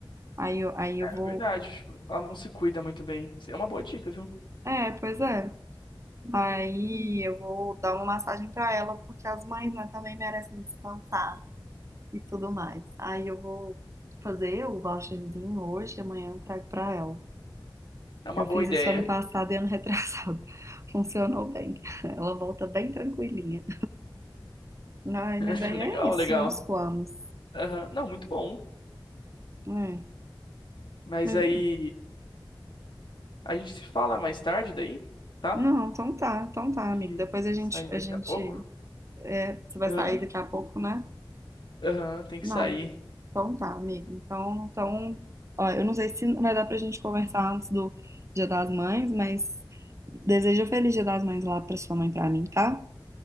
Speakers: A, on the right; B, on the left.
A: Aí eu, aí
B: É
A: eu vou.
B: verdade. Ela não se cuida muito bem. Isso É uma boa dica, viu?
A: É, pois é. Aí eu vou dar uma massagem para ela, porque as mães, né, também merecem descansar e tudo mais. Aí eu vou fazer o voucherzinho hoje, amanhã eu entrego para ela.
B: É uma
A: Eu
B: boa
A: fiz
B: ideia.
A: isso ano passado e ano retrasado. <laughs> Funcionou bem. Ela volta bem tranquilinha. Ai,
B: <laughs>
A: mas aí
B: Legal,
A: é isso,
B: legal.
A: meus planos.
B: Aham. Não, muito bom.
A: É.
B: Mas
A: Mas-
B: aí a gente se fala mais tarde daí, tá?
A: não, então tá, então tá,
B: Que
A: amigo. Depois a gente,
B: sair
A: a
B: daqui
A: gente,
B: a pouco.
A: é, você vai
B: Aham.
A: sair daqui a pouco, né?
B: Aham, tem que
A: Não,
B: sair.
A: então tá, amigo. Então, então, ó, eu não sei se vai dar pra gente conversar antes do Dia das Mães, mas desejo um feliz Dia das Mães lá pra sua mãe e pra mim, tá?